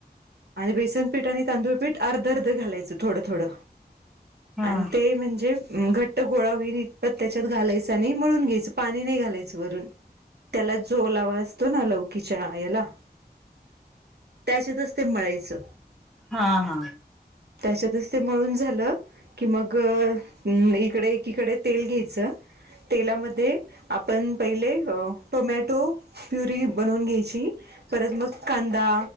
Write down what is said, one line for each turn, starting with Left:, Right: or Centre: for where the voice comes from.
Right: आणि बेसनपीठ आणि तांदूळपीठ अर्ध, अर्ध घालायचं थोडं, थोड
Centre: हा
Right: आणि ते म्हणजे घट्ट गोळा होईल इतपत त्याच्यात घालायच त्याने मळून घ्यायचं पाणी नाही घालायचं वरून त्याला जो ओलावा तो ना लौकीच्यायाला त्याच्यातच ते मळायचं.
Centre: हा हा.
Right: त्याच्यातच ते मळून झालं. कि मग इकडे एकीकडे तेल घ्यायचं. तेलामध्ये आपण पहिले टोमॅटो प्युरी बनवून घ्यायची. परत मग कांदा